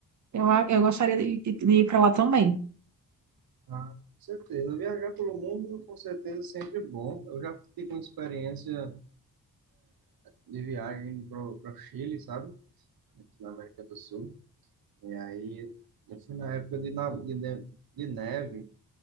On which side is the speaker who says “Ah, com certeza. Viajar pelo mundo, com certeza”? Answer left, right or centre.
Right